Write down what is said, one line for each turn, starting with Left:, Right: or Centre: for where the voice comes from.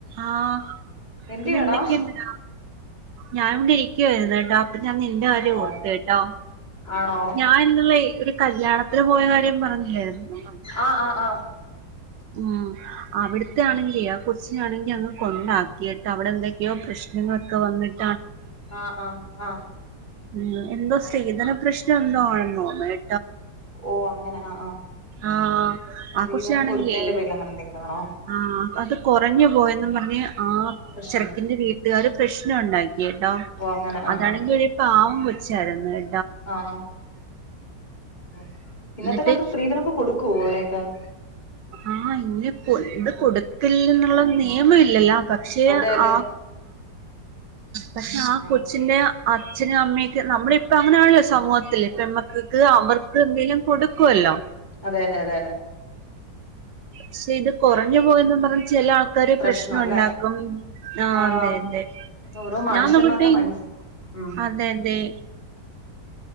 Right: ആഹ്
Left: എന്തിയെടാ
Right: പിന്നെ എന്തൊക്കെയുണ്ടെടാ? ഞാൻ ഇവിടെ ഇരിക്കുവായിരുന്ന് കേട്ടോ. ഇപ്പം ഞാൻ നിന്റെ കാര്യം
Left: ആണോ
Right: ഓർത്ത് കേട്ടോ,
Left: ആണോ
Right: ഞാൻ ഇന്നലെയെ ഒരു കല്യാണത്തിന് പോയ കാര്യം പറഞ്ഞില്ലായിരുന്നോ?
Left: ആഹ് ആഹ് ആഹ്.
Right: ഉം അവിടത്തെ ആണെങ്കിലെ ആ കൊച്ചിനാണെങ്കിൽ അങ്ങ് കൊണ്ടാക്കിയിട്ട് അവിടെ എന്തൊക്കെയോ പ്രശ്നങ്ങളൊക്കെ വന്നിട്
Left: ആഹ് ആഹ് ആഹ്.
Right: ഉം എന്തോ സ്ത്രീധന പ്രശ്നം എന്തോ ആണെന്ന് തോന്നുന്നു എ
Left: ഓ അങ്ങനെ ആഹ് ആഹ്.
Right: ആഹ്
Left: സ്ത്രീധനം
Right: ആ കൊച്ചിനാണെങ്കിലേ
Left: കൊടുത്തതിന്റെ പേരില് അങ്ങനെ എന്തെങ്കിലും ആണോ?
Right: ആഹ്. അത് കൊറഞ്ഞു പോയെന്നും പറഞ്ഞ് ആ
Left: പ്രശ്നം
Right: ചെറുക്കൻ്റെ വീട്ടുകാരും പ്രശ്നം ഉണ്ടായി. കേട്ടോ
Left: ഓ അങ്ങനെ ആഹ്
Right: അതാണെങ്കിൽ
Left: ആഹ്
Right: ഒരു പാവം കൊച്ച് ച്ചായിരുന്ന് കെ
Left: ആഹ് ആഹ് ഇന്നത്തെ
Right: എന്നിട്ട്
Left: കാലത്ത് സ്ത്രീധനൊക്കെ കൊടുക്കുവോ അവിടെ? <unintelligible>
Right: ആഹ് ഇങ്ങനെ കൊട് ഇത് കൊടുക്കല്ല് എന്നുള്ള നിയമ ഇല്ലല്ല പക്ഷെ
Left: അതെ അതെ
Right: ആ പക്ഷെ ആ
Left: ആഹ്
Right: കൊച്ചിന്റെ അച്ഛനും അമ്മയും ഒക് ക്കെ നമ്മുടെ ഇപ്പ അങ്ങനെയണല്ലോ സമൂഹത്തില്. പെൺമക്കക്ക് അവർക്ക് എന്തേലും കൊടുക് ക്കുവല്ലോ.
Left: അതെയതെയതെ
Right: ക്ഷേ ഇത് കുറഞ്ഞു പോയന്ന് പറഞ്ഞ് ചില ആൾക്കാര്
Left: പ്രശ്നം
Right: പ്രശ്ന
Left: അല്ലേ
Right: ഉണ്ടാക്കും ആ
Left: ആഹ്
Right: അതെതെ
Left: അത് ഓരോ മനുഷ്യന്മാരുടെ
Right: ഞാൻ മുമ്പിട്ടു
Left: മൈൻഡ് സെറ്റ് ഉം
Right: അതെതെ